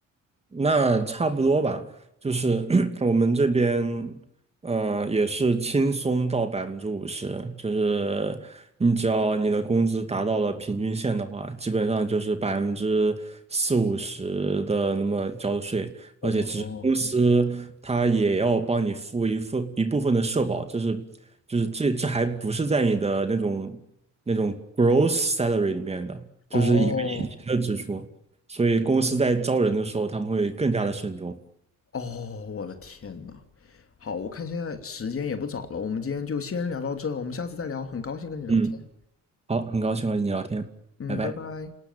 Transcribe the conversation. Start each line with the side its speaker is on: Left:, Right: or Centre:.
Right: 那差不多吧，就是 <clears throat> 我们这边，呃，也是轻松到百分之五十，就是你只要你的工资达到了平均线的话，基本上就是百分之四五十的那么交的税，
Left: 哦
Right: 而且其实公司它也要帮你付一份一部分的社保，这是就是这这还不是在你的那种那种 gross salary 里面的，
Left: 哦
Right: 就是一个隐形的支出。所以公司在招人的时候，他们会更加的慎重。
Left: 哦！我的天呐，好，我看现在时间也不早了，我们今天就先聊到这，我们下次再聊。很高兴跟你聊天，
Right: 嗯，好，很高兴和你聊天，
Left: 嗯，
Right: 拜拜。
Left: 拜拜。